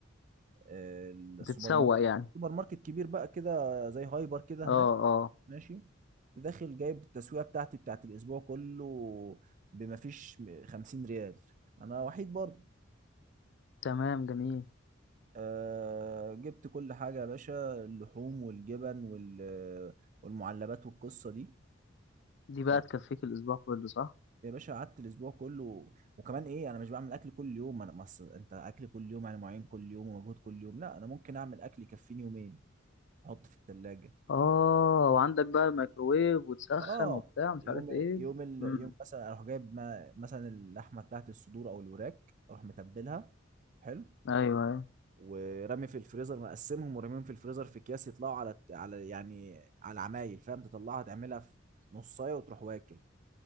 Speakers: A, on the right (about 40°); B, on the left (about 60°).
A: السوبر
B: تتسوق
A: ماركت
B: يعني
A: سوبر ماركت كبير بقى كده زي هايبر كده هناك
B: اه اه
A: ماشي داخل جايب التسويقه بتاعتي بتاعت الاسبوع كله بما فيش 50 ريال انا وحيد برضه
B: تمام جميل
A: أه جبت كل حاجه يا باشا اللحوم والجبن وال والمعلبات والقصه دي
B: دي بقى
A: يعني
B: تكفيك الاسبوع كله صح
A: يا باشا قعدت الاسبوع كله وكمان ايه انا مش بعمل اكل كل يوم انا مص... انت اكل كل يوم يعني معين كل يوم ومجهود كل يوم لا انا ممكن اعمل اكل يكفيني يومين احط في الثلاجه
B: اه وعندك بقى الميكروويف وتسخن
A: اه
B: وبتاع مش
A: يوم
B: عارف ايه
A: يوم ال...
B: امم
A: يوم مثلا اروح جايب ما... مثلا اللحمه بتاعت الصدور او الوراك اروح متبلها حلو
B: ايوه ايوه
A: ورمي في الفريزر مقسمهم ورميهم في الفريزر في اكياس يطلعوا على على يعني على العمايل فاهم تطلعها تعملها في نصايه وتروح واكل